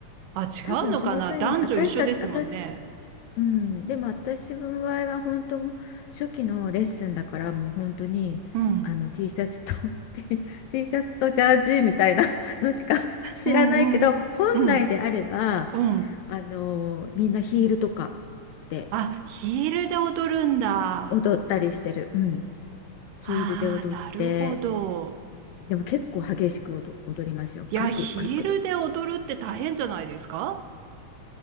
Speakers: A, on the right; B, on the left.
A: あ。あ、違うのかな男女一緒ですもんね。
B: 多分上手に私たち私うんでも私の場合は本当初期のレッスンだからもう本当にあの
A: うん。
B: T シャツと <laughs> T, T シャツとジャージみたいなのしか <laughs> 知らないけど本来であれば
A: うんうん。うん。うん。
B: あのみんなヒールとかで
A: あ、ヒールで踊るんだ。
B: 踊ったりしてる、うん、ヒールで踊って
A: ああ、なるほど。
B: でも結構激しく踊踊りますよくるくるくるくる。
A: いや、ヒールで踊るって大変じゃないですか